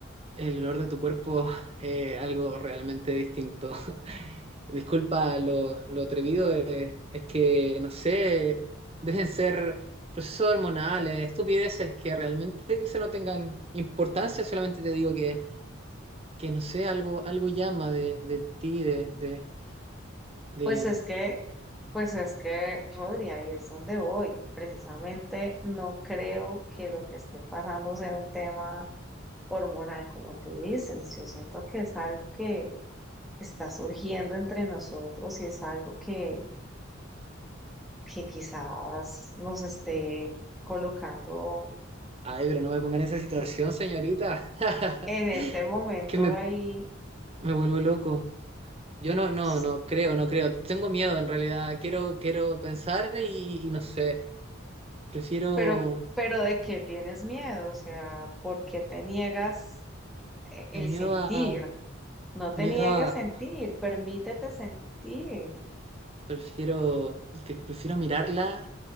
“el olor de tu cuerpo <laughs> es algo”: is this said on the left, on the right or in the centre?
Right